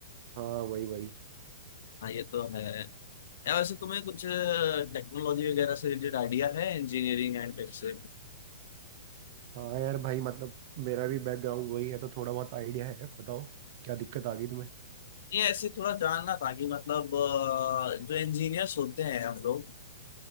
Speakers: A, on the right; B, on the left.
A: हाँ वही वही
B: हाँ ये तो है यार वैसे तुम्हें कुछ टेक्नोलॉजी वगैरह से रिलेटेड आइडिया है इंजीनियरिंग एंड टेक से
A: हाँ यार भाई मतलब मेरा भी बैकग्राउंड वही है तो थोड़ा बहुत आइडिया है बताओ क्या दिक्कत आ गई तुम्हें
B: ये ऐसे थोड़ा जानना था कि मतलब अ, जो इंजीनियर्स होते हैं हम लोग